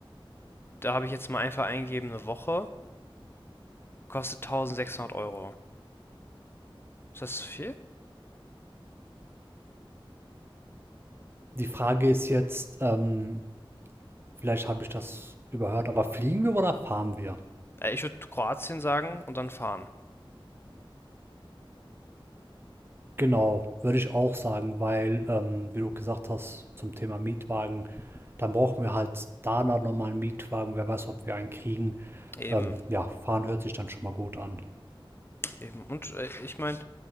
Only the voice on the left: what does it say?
Da habe ich jetzt mal einfach eingegeben, eine Woche. Kostet 1600 Euro. Ist das zu viel?
Äh, ich würde Kroatien sagen und dann fahren.
Eben,
eben. Und äh, ich meine,